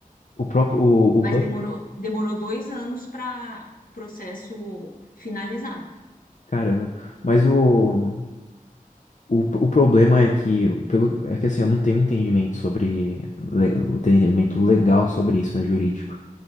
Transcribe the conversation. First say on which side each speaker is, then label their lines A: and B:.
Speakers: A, on the left; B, on the left.
A: O próprio. O, o banco.
B: Mas demorou, demorou dois anos para o processo finalizar.
A: Caramba. Mas o. O, o problema é que, pelo, é que assim, eu não tenho entendimento sobre, le- um entendimento legal sobre isso, né, jurídico.